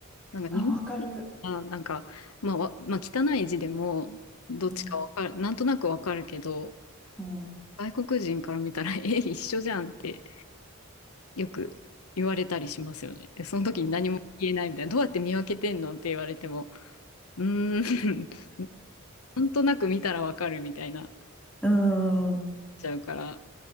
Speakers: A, on the left; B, in the centre.
A: なんか日
B: あ、わかる。
A: 本はなんか、まあ、わまあ、汚い字でもどっちかわかる、
B: うん。
A: なんとなくわかるけど、
B: うん。う
A: 外国人から見たら、<laughs> え、一緒じゃんってよく言われたりしますよね。で、その時に何も言えないみたいな、どうやって見分けてんのって言われても、うーん、<laughs> なんとなく見たらわかるみたいな、
B: ーん。
A: ちゃうから、